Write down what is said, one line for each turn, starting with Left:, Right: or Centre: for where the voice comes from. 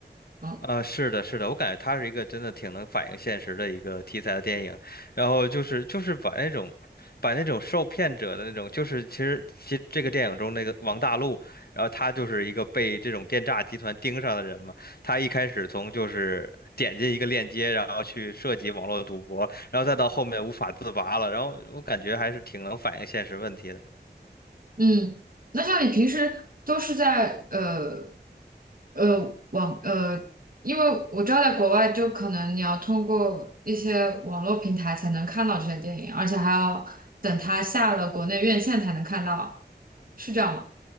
Right: 嗯
Left: 啊，是的，是的，我感觉它是一个真的挺能反映现实的一个题材的电影，然后就是就是把那种，把那种受骗者的那种，就是其实其实这个电影中那个王大陆，然后他就是一个被这种电诈集团盯上的人嘛，他一开始从就是点进一个链接，然后去涉及网络赌博，然后再到后面无法自拔了，然后我感觉还是挺能反映现实问题的。
Right: 嗯，那像你平时都是在呃。呃网呃，因为我知道在国外就可能你要通过一些网络平台才能看到这些电影，而且还要等它下了国内院线才能看到，是这样吗？